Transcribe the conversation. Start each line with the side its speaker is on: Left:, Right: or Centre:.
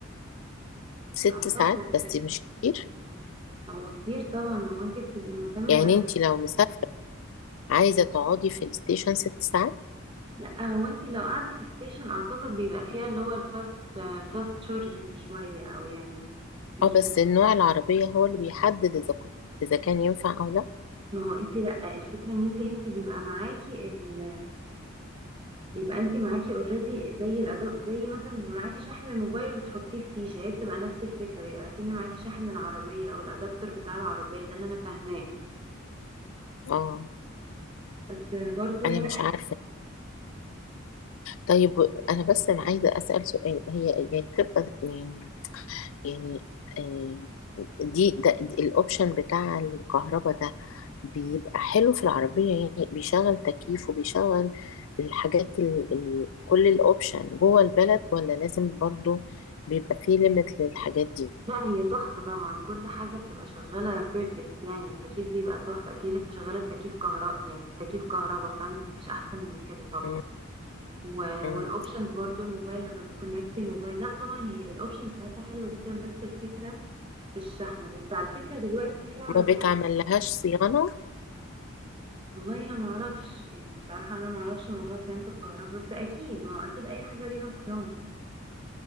Left: ست
Right: أعتقد
Left: ساعات بس
Right: كده
Left: مش كتير
Right: هو كتير طبعا ما هو انت بتبقي معتمدة
Left: يعني
Right: على
Left: انت لو مسافرة عايزة تقعدي في الستيشن ست ساعات
Right: لا هو انت لو قاعدة في ستيشن اعتقد بيبقى فيها اللي هو الفاست فاست تشارجنج شوية او يعني مش
Left: اه بس
Right: بت...
Left: النوع العربية هو اللي بيحدد إذا كنت إذا كان ينفع أو لا
Right: ما هو انت لا الفكرة ان انت انت بيبقى معاكي ال بيبقى انت معاكي اوريدي زي الاداء زي مثلا معاكي شاحن الموبايل وبتحطيه في فيشة هي بتبقى نفس الفكرة بيبقى كأن معاكي شاحن العربية او الادابتر بتاع العربية ده اللي انا فاهماه
Left: اه
Right: بس برضو
Left: أنا
Right: يعني
Left: مش عارفة طيب أنا بس عايزة أسأل سؤال هي يعني بتبقى يعني يعني آه، دي ده الأوبشن بتاع الكهرباء ده بيبقى حلو في العربية يعني بيشغل تكييف وبيشغل الحاجات ال ال كل الأوبشن جوه البلد ولا لازم برضو بيبقى فيه ليميت للحاجات دي
Right: لا هي تحفة طبعا كل حاجة بتبقى شغالة بيرفكت يعني التكييف بيبقى تحفة أكنك مشغلة التكييف كهرباء يعني التكييف كهرباء فاهم مفيش أحسن من كده طبعا
Left: مم.
Right: و...
Left: مم.
Right: والأوبشنز برضو الموبايل لما بتكونكت الموبايل لا طبعا هي الأوبشنز بتاعتها حلوة جدا بس الفكرة في الشحنة بس على فكرة دلوقتي في عربيات
Left: ما بتعمل لهاش صيانة
Right: والله أنا معرفش يعني بصراحة أنا معرفش موضوع صيانة الكهرباء بس أكيد ما هو أكيد أي حاجة ليها صيانة